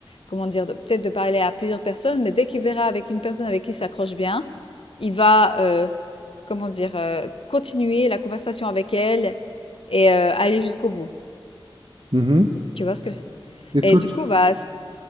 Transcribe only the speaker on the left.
comment dire? De peut-être de parler à plusieurs personnes, mais dès qu'il verra avec une personne avec qui il s'accroche bien, il va, heu, comment dire? Heu, continuer la conversation avec elle et heu, aller jusqu'au bout.
Tu vois ce que
et du
coup, bah,